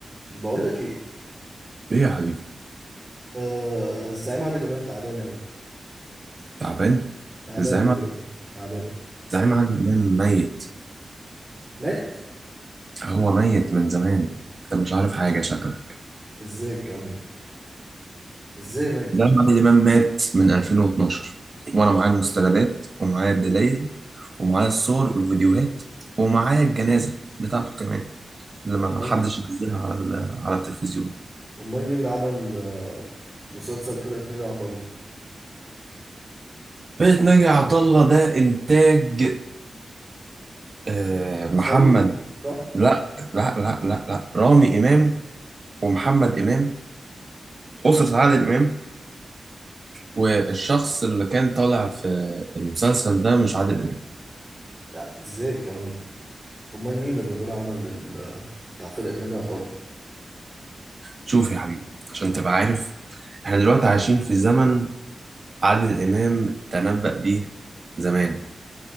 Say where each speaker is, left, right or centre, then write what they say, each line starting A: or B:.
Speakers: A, on the right; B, on the right.
A: بقول لك ايه
B: ايه يا حبيبي
A: آه، الزعيم عادل امام تعبان قوي
B: تعبان
A: تعبان
B: الزعيم
A: قوي
B: عب-
A: والله تعبان
B: الزعيم عادل امام ميت
A: مات
B: هو ميت من زمان انت مش عارف حاجه شكلك
A: ازاي الكلام ده ازاي مات
B: الزعيم عادل امام مات من 2012 وانا معايا المستندات ومعايا الدلائل ومعايا الصور والفيديوهات ومعايا الجنازه بتاعته كمان اللي ما
A: امال
B: حدش نزلها على ال- على التلفزيون
A: امال مين اللي عمل آه، مسلسل فرقة ناجي عطا الله
B: فرقة ناجي عطا الله ده انتاج آه محمد
A: اسرائيلي صح
B: لا لا لا لا لا رامي امام ومحمد امام اسره عادل امام والشخص اللي كان طالع في المسلسل ده مش عادل إمام
A: لا ازاي الكلام ده امال مين اللي طلع عمل ال- آه، بتاع فرقة ناجي عطا الله
B: شوف يا حبيبي عشان تبقى عارف احنا دلوقتي عايشين في زمن عادل إمام تنبأ بيه زمان